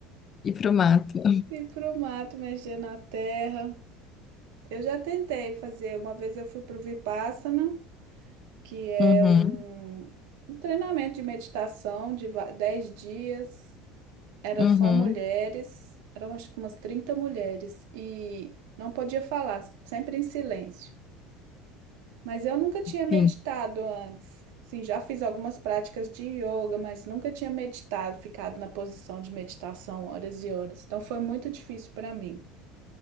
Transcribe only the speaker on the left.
ir pro mato.
Uhum,
uhum,
sim,